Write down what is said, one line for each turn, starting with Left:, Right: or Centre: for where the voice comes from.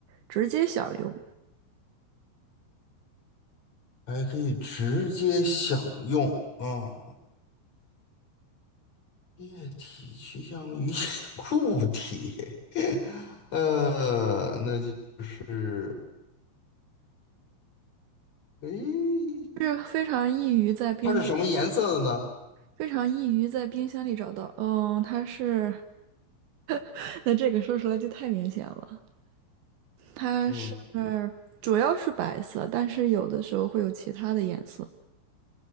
Right: 直接享用，
Left: 还可以直接享用。啊！液体趋向于 <laughs> 固体，<laughs> 呃，那就是，诶。
Right: 是非常易于在冰箱
Left: 它是什么颜色的呢？
Right: 非常易于在冰箱里找到，嗯，它是，<laughs> 那这个说出来就太明显了。它是
Left: 嗯，
Right: 主要是白色，但是有的时候会有其他的颜色，